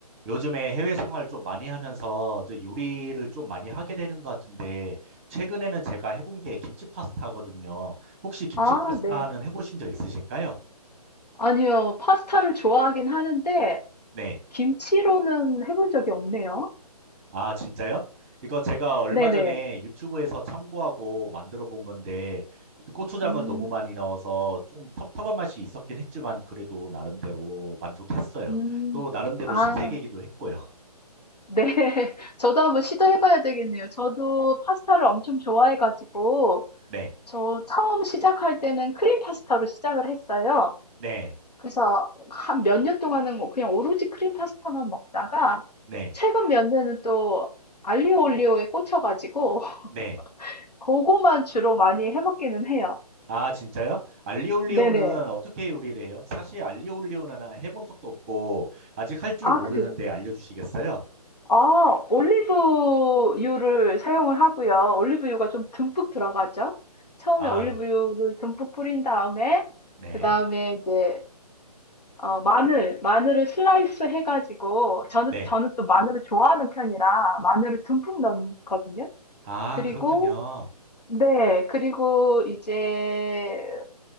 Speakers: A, on the right; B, on the left.
A: 요즘에 해외 생활 좀 많이 하면서 저 요리를 좀 많이 하게 되는 것 같은데, 최근에는 제가 해본 게 김치 파스타거든요. 혹시 김치
B: 아,
A: 파스타는
B: 네.
A: 해보신 적 있으실까요?
B: 아니요. 파스타를 좋아하긴 하는데,
A: 네.
B: 김치로는 해본 적이 없네요.
A: 아, 진짜요? 이거 제가 얼마
B: 네네.
A: 전에 유튜브에서 참고하고 만들어 본 건데, 고추장을
B: 음,
A: 너무 많이 넣어서 좀 텁텁한 맛이 있었긴 했지만, 그래도 나름대로 만족했어요.
B: 음.
A: 또 나름대로
B: 아,
A: 신세계이기도 했고요.
B: 네. <laughs> 저도 한번 시도해봐야 되겠네요. 저도 파스타를 엄청 좋아해가지고,
A: 네.
B: 저 처음 시작할 때는 크림 파스타로 시작을 했어요.
A: 네.
B: 그래서 한 몇 년 동안은 뭐 그냥 오로지 크림 파스타만 먹다가,
A: 네.
B: 최근 몇 년은 또 알리오 올리오에 꽂혀가지고, <laughs>
A: 네.
B: 그거만 주로 많이 해먹기는 해요.
A: 아, 진짜요? 알리올리오는
B: 네네.
A: 어떻게 요리를 해요? 사실 알리올리오는 해본 적도 없고 아직 할 줄
B: 아,
A: 모르는데
B: 그래요?
A: 알려주시겠어요?
B: 아, 올리브유를 사용을 하고요. 올리브유가 좀 듬뿍 들어가죠? 처음에
A: 아,
B: 올리브유를 듬뿍 뿌린 다음에,
A: 네.
B: 그 다음에 이제, 어, 마늘, 마늘을 슬라이스 해가지고, 저는,
A: 네.
B: 저는 또 마늘을 좋아하는 편이라 마늘을 듬뿍 넣거든요.
A: 아,
B: 그리고,
A: 그렇군요.
B: 네, 그리고 이제,